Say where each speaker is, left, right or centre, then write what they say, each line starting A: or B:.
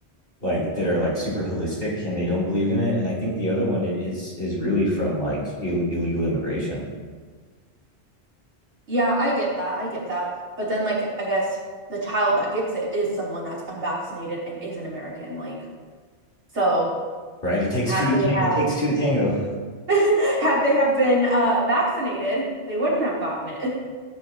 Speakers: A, on the left; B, on the right.
A: like that are like super holistic and they don't believe in it. And I think the other one is is really from like Ill- illegal immigration
B: Yeah, I get that. I get that. But then, like, I guess the child that gets it is someone that's unvaccinated and is an American. Like, so
A: right? It takes
B: had
A: two.
B: Right.
A: To ta-
B: they have
A: it takes two to tango.
B: <laughs> had they have been uh vaccinated, they wouldn't have gotten it.